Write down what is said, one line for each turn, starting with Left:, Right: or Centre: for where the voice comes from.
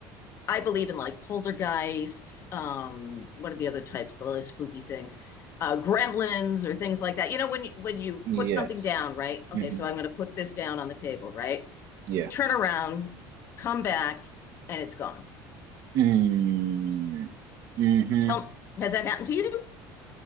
Left: I believe in like poltergeists. Um, what are the other types? The spooky things, uh, gremlins or things like that. You know, when you, when you
Right: Yes.
Left: put something down, right?
Right: hmm
Left: Okay, so I'm going to put this down on the table, right?
Right: Yeah.
Left: turn around, come back, and it's gone.
Right: Mm. Mm-hmm.
Left: Tell, has that happened to you?